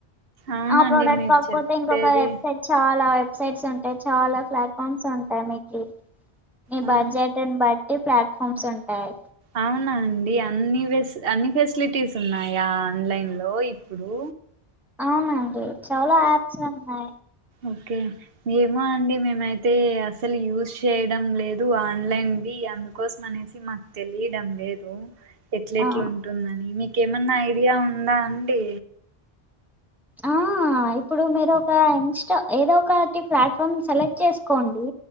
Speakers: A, on the right (about 65°); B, in the centre.
A: అవునండి
B: ఆ ప్రొడక్ట్
A: మీరు
B: కాకపోతే
A: చెప్పేది
B: ఇంకొక వెబ్సైట్ చాలా వెబ్సైట్స్ ఉంటాయ్ చాలా ప్లాట్ఫామ్స్ ఉంటాయ్ మీకి నీ
A: ఆ
B: బడ్జెట్ ని బట్టి ప్లాట్ఫామ్స్ ఉంటాయ్
A: అవునా అండి అన్ని వెస్ అన్ని ఫెసిలిటీస్ ఉన్నాయా ఆన్లైన్ లో ఇప్పుడూ
B: అవునండి చాలా యాప్సే ఉన్నాయ్
A: ఒకే ఏమో అండి మేమైతే అసలు యూజ్ చేయడం లేదు ఆన్లైన్వి అందుకు కోసమనేసి మాక్ తెలీడం లేదు ఎట్లెట్లు
B: ఆ
A: ఉంటుందని మీకేమన్నా ఐడియా ఉందా అండి
B: ఆ ఆ ఇప్పుడూ మీరు ఒకా ఇన్స్టా ఏదో ఒకటి ప్లాట్ఫామ్ సెలెక్ట్ చేసుకోండీ